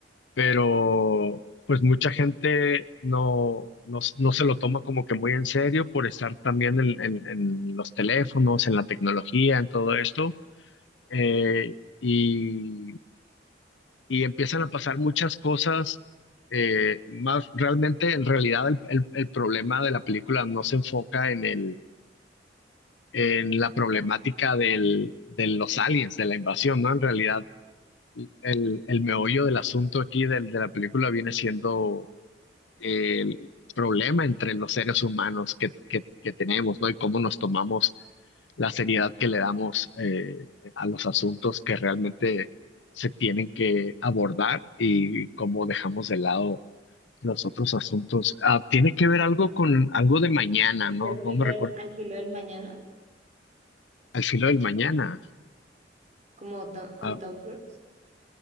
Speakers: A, on the left (about 80°); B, on the right (about 40°).
A: pero pues mucha gente no, no, no se lo toma como que muy en serio por estar también en, en- en los teléfonos, en la tecnología, en todo esto. eh, y y empiezan a pasar muchas cosas eh, más realmente en realidad el, el- el problema de la película no se enfoca en el en la problemática del, de los aliens de la invasión ¿no? En realidad el, el meollo del asunto aquí del, de la película viene siendo el problema entre los seres humanos que, que, que tenemos ¿no? y cómo nos tomamos la seriedad que le damos eh, a los asuntos que realmente se tienen que abordar y cómo dejamos de lado los otros asuntos. Ah, tiene que ver algo con algo de mañana, ¿no?
B: Al
A: No
B: filo
A: me recuerdo.
B: del, al filo del mañana,
A: Al filo del mañana.
B: como to- con
A: Ah,
B: Tom Cruise.